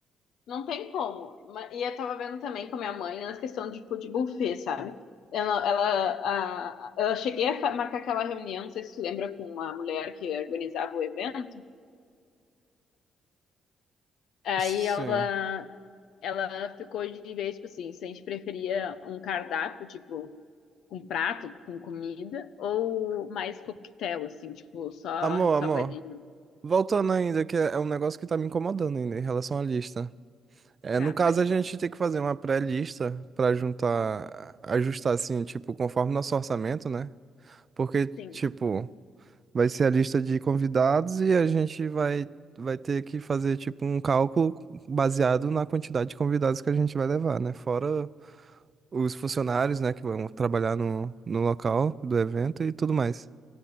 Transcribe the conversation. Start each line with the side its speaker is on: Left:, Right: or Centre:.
Left: não tem como. Ma- E eu tava vendo também com a minha mãe nessa questão de, tipo, de buffet, sabe? Ela, ela, a, eu cheguei a fa- marcar aquela reunião, não sei se tu lembra, com uma mulher que organizava o evento. Aí
Right: Sim.
Left: ela, ela ficou de vez, tipo assim, se a gente preferia um cardápio, tipo, com prato, com comida, ou mais coquetel, assim, tipo, só
Right: Amor,
Left: salgadinho.
Right: amor. Voltando ainda, que é é um negócio que tá me incomodando ainda em relação à lista. É,
Left: Tá,
Right: no caso,
Left: pode
Right: a gente
Left: falar.
Right: tem que fazer uma pré-lista para juntar, ajustar assim, tipo, conforme nosso orçamento, né? Porque,
Left: Sim,
Right: tipo, vai ser a lista de convidados e a gente vai, vai ter que fazer, tipo, um cálculo baseado na quantidade de convidados que a gente vai levar, né? Fora os funcionários, né, que vão trabalhar no, no local do evento e tudo mais.